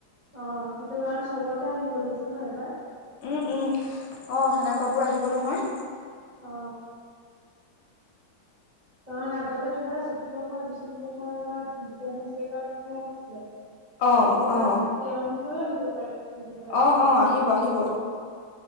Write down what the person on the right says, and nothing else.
অ সেইটো কাৰণ চবতে আহিব লৈছে ন এইবাৰ?
অ। কাৰণ আগতে ধৰা জ্যোতিপ্ৰসাদ, বিষ্ণুপ্ৰসাদ তথা ভূপেন হাজৰিকাৰ বিষয়ে আহিছিলে।
এতিয়া
তেওঁৰ বিষয়েও আহিব পাৰে। জুবিন দাৰ বিষয়ে।